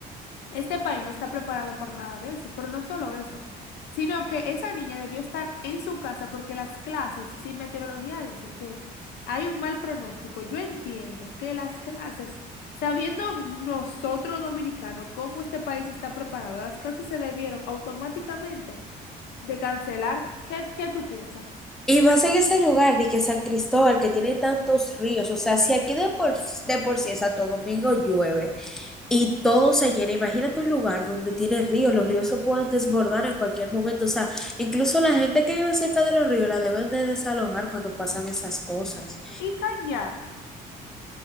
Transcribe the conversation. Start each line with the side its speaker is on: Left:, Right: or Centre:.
Left: este país no está preparado para nada de eso, pero no solo eso, sino que esa niña debió estar en su casa porque las clases, sin meteorología dice que hay un mal pronóstico. Yo entiendo que las clases Sabiendo nosotros los dominicanos cómo este país está preparado, las clases se debieron automáticamente de cancelar. ¿Qué, qué tú piensas?
Centre: Y más en ese lugar, de que San Cristóbal, que tiene tantos ríos, o sea, si aquí de por, de por sí en Santo Domingo llueve y todo se llena, imagínate un lugar donde tiene ríos, los ríos se pueden desbordar en cualquier momento, o sea, incluso la gente que vive cerca de los ríos la deben de desalojar cuando pasan esas cosas.
Left: Y caña,